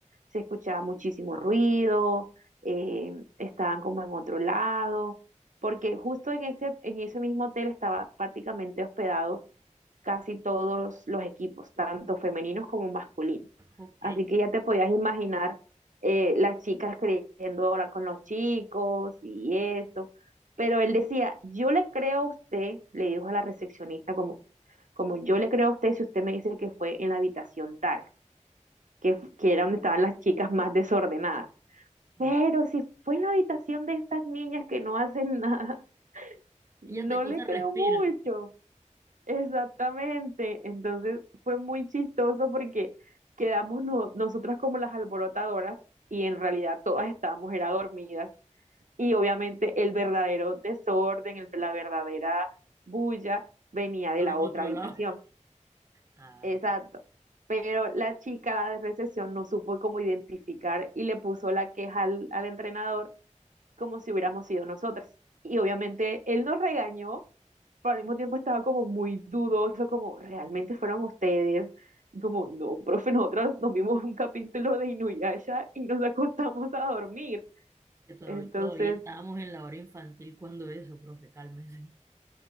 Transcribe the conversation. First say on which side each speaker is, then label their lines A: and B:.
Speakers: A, on the right; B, on the right.
A: se escuchaba muchísimo ruido, eh, estaban como en otro lado, porque justo en ese, en ese mismo hotel estaba prácticamente hospedado casi todos los equipos, tanto femeninos como masculinos.
B: ok.
A: Así que ya te podías imaginar eh, las chicas queriendo hablar con los chicos y esto. Pero él decía, yo le creo a usted, le dijo a la recepcionista, como, como yo le creo a usted si usted me dice que fue en la habitación tal, que, que era donde estaban las chicas más desordenadas.
B: va.
A: Pero si fue en la habitación de estas niñas que no hacen nada, <laughs> no
B: Ellas de cosas
A: le creo
B: respiran.
A: mucho. Exactamente. Entonces fue muy chistoso porque quedamos no- nosotras como las alborotadoras y en realidad todas estábamos era dormidas. Y obviamente el verdadero desorden, el- la verdadera bulla venía de
B: A
A: la
B: mi
A: otra
B: otro
A: habitación.
B: lado. Ah,
A: Exacto. Pero la chica, la de recepción, no supo cómo identificar y le puso la queja al, al entrenador como si hubiéramos sido nosotras. Y obviamente él nos regañó pero al mismo tiempo estaba como muy dudoso, como realmente fueron ustedes. Y Como, no, profe, nosotras nos vimos un capítulo de Inuyasha y nos acostamos a dormir.
B: que todavía,
A: Entonces,
B: todavía estábamos en la hora infantil cuando eso, profe, cálmese.